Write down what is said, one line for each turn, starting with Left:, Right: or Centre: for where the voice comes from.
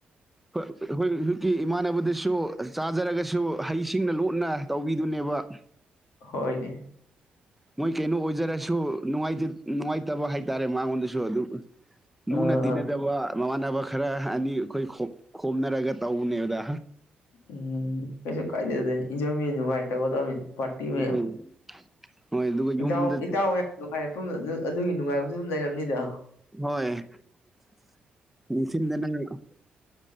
Centre: ꯍꯈꯣꯏ ꯍꯧꯖꯤꯛꯀꯤ ꯏꯃꯥꯟꯅꯕꯗꯁꯨ ꯆꯥꯖꯔꯒꯁꯨ ꯍꯩꯁꯤꯡꯅ ꯂꯣꯠꯅ ꯇꯧꯕꯤꯗꯨꯅꯦꯕ <inaudible>
Left: ꯍꯣꯏꯅꯦ
Centre: ꯃꯣꯏ ꯀꯩꯅꯣ ꯑꯣꯏꯖꯔꯁꯨ ꯅꯨꯡꯉꯥꯏꯇꯕ ꯍꯥꯏꯇꯥꯔꯦ ꯃꯉꯣꯟꯗꯁꯨ ꯑꯗꯨ ꯂꯨꯅ
Left: ꯎꯝ
Centre: ꯇꯤꯟꯅꯖꯕ ꯃꯃꯥꯟꯅꯕ ꯈꯔ ꯑꯅꯤ ꯑꯩꯈꯣꯏ ꯈꯣꯝꯅꯔꯒ ꯇꯧꯕꯅꯦꯕꯗ
Left: ꯎꯝ ꯀꯩꯁꯨ ꯀꯥꯏꯗꯦꯗꯗ ꯏꯟꯖꯣꯏ ꯃꯤ ꯅꯨꯡꯉꯥꯏꯇꯒꯗꯕꯅꯤ ꯄꯥꯔꯇꯤ ꯃꯌꯥꯝ
Centre: ꯎꯝ ꯍꯣꯏ ꯑꯗꯨꯒ ꯌꯨꯝꯗ
Left: ꯏꯇꯥꯎ ꯏꯇꯥꯎ ꯌꯥꯝ ꯅꯨꯡꯉꯥꯏꯔ ꯑꯗꯨꯒꯤ ꯅꯨꯡꯉꯥꯏꯕꯁꯨ ꯑꯗꯨꯝ ꯂꯩꯔꯝꯅꯤꯗ
Centre: ꯍꯣꯏ <unintelligible>